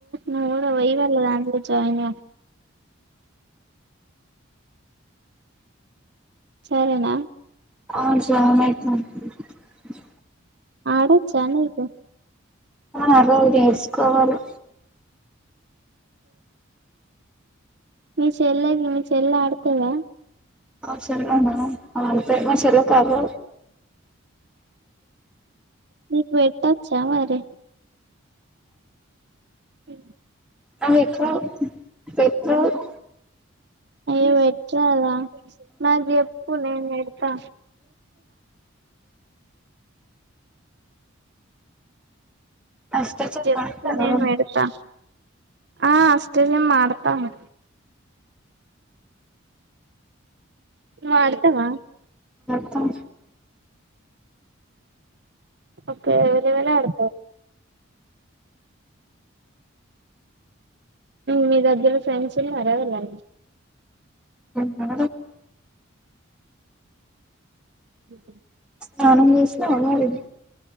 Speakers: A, on the right; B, in the centre.
A: నుడ వయ వెళ్ళ దాంట్లో జాయిన్ సరేనా
B: <unintelligible>
A: ఆడా చానా అయితాయ్
B: అగో నేర్చుకోవాలి
A: మీ చెల్లె మీ చెల్లె ఆడుకోదా
B: ఆ చెల్లిన ఆ మా చెల్లి కాదు
A: మీకు పెట్టచ్చా మరి పె
B: ఆమెకు పెట్ నువ్వు
A: అయ్యో పెట్టరా నాకు చెప్పు నేను పెడతా
B: అష్టచమ్మ
A: చెప్పు
B: చదవడం
A: నేను పెడతా ఆ తియ్యం ఆడుతాము నువ్వు ఆడుతావా
B: ఆడుతాం
A: ఓకే ఎవరెవరు ఆడతారు మీ దగ్గర ఫ్రెండ్స్ ఉన్నారా ఎవరైనా
B: ఫ్రెండ్సా
A: ఉ
B: స్నానం చేసినావా మరి